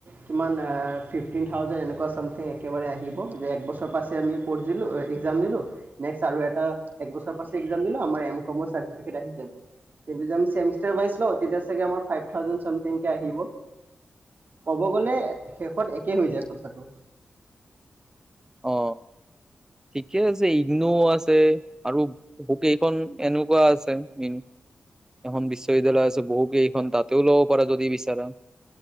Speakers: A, on the right (about 55°); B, on the right (about 15°).
A: কিমান এ ফিফটিন থাউজেণ্ড এনেকোৱা চামথিং একেবাৰে আহিব যে একবছৰ পাছে আমি পৰ্টচ দিলো এ এক্সাম দিলো নেক্সট আৰু এটা এক বছৰ পিছত এক্সাম দিলো আমাৰ এম কমৰ চাৰ্টিফিকেট আহি যাব কিন্তু যদি আমি ছেমিষ্টাৰ ৱাইজ লও তেতিয়া ছাগে আমাৰ ফাইফ থাউজেণ্ড চামথিং কে আহিব ক'ব গলে শেষত একে হৈ যায় কথাটো
B: অ ঠিকে আছে ইগনো আছে আৰু বোকেইখন এনেকোৱা আছে এ এখন বিশ্ববিদ্যালয় আছে বহুকেই তাতেও ল'ব পাৰা যদি বিচাৰা